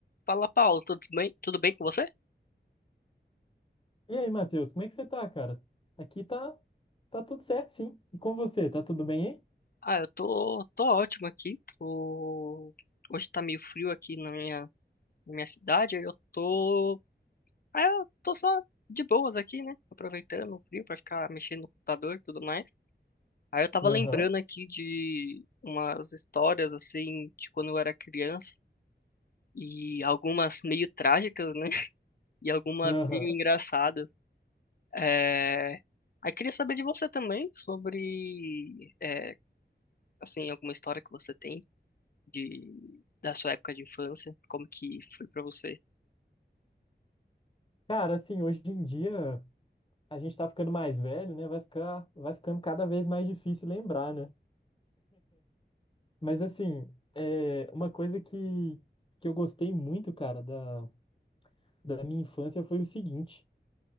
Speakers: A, on the left; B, on the left.
A: Fala, Paulo, tudo bem? Tudo bem com você?
B: E aí, Matheus, como é que você tá, cara? Aqui tá, tá tudo certo, sim. E com você, tá tudo bem
A: Ah, eu tô, tô ótimo aqui. Tô... Hoje tá meio frio aqui na minha, na minha cidade. aí Eu tô. Ah, eu tô só de boas aqui, né? Aproveitando o frio pra ficar mexendo no computador e tudo mais. Aí eu tava
B: aí?
A: lembrando
B: Aham,
A: aqui de umas histórias, assim, de quando eu era criança. E algumas meio trágicas, né? <laughs> E algumas
B: aham.
A: meio engraçadas. É... Aí queria saber de você também sobre. É, assim, alguma história que você tem de da sua época de infância, como que foi pra você?
B: Cara, assim, hoje em dia a gente tá ficando mais velho, né? Vai ficar, vai ficando cada vez mais difícil lembrar, né? Mas assim, é, uma coisa que, que eu gostei muito, cara, da, da minha infância foi o seguinte.